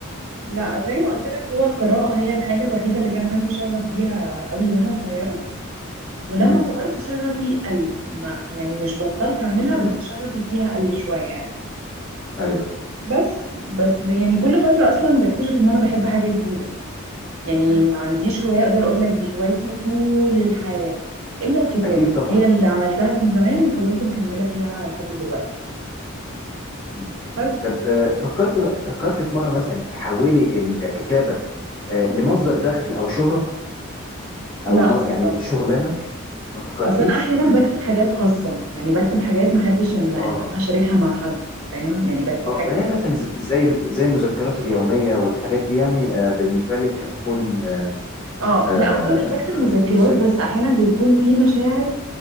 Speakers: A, on the right (about 75°); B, on the left (about 20°).
A: لا زي ما قلت لك هو القراءه هي الحاجه الوحيده اللي كان عندي شغف بيها قوي وانا صغيره ولما
B: امم
A: كبرت شغفي قل ما يعني مش بطلت اعملها
B: امم
A: بس شغفي فيها قل شويه يعني
B: ايوه
A: بس بس ده يعني كل فترة أصلا بكتشف إن أنا بحب حاجة جديدة يعني
B: مم.
A: ما عنديش هواية أقدر أقول لك دي هوايتي طول الحياة إلا الكتابة
B: أكيد طبعا
A: هي اللي عملتها من زمان وفضلت مكملة فيها لحد دلوقتي
B: مم.
A: بس
B: طب آه، فكرت فكرت في مرة مثلا تحولي الكتابة آه، لمصدر دخل أو شهرة
A: لا
B: أو ما-
A: الصراحة
B: يعني شغلانة ما فكرتيش؟
A: أصلا أنا أحيانا
B: مم.
A: بكتب حاجات خاصة يعني بكتب حاجات ما أحبش إن إن
B: آه
A: أنا أشاركها مع حد فاهم يعني بكتب
B: اه
A: حاجات
B: ما هي مثلا ز- زي زي المذكرات اليوميه والحاجات دي يعني آه، بالنسبه لك هتكون آه،
A: آه
B: آه،
A: لا هو أنا مش بكتب مذكرات
B: شخصيه
A: بس أحيانا بيكون في مشاعر